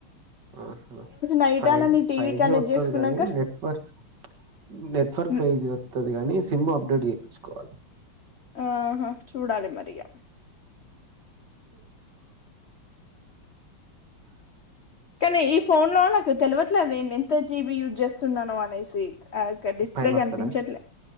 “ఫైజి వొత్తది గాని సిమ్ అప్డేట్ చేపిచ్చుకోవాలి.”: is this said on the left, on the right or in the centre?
Right